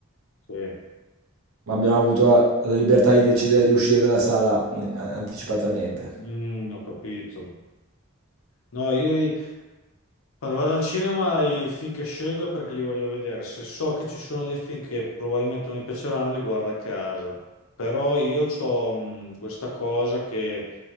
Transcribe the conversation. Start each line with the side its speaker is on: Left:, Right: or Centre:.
Left: Sì.
Right: ma abbiamo avuto la, la libertà di decidere di uscire dalla sala in- a- anticipatamente.
Left: Mm, ho capito. No, io quando vado al cinema i film che scelgo è perché li voglio vedere. Se so che ci sono dei film che probabilmente non mi piaceranno, li guardo a casa. Però io ho questa cosa che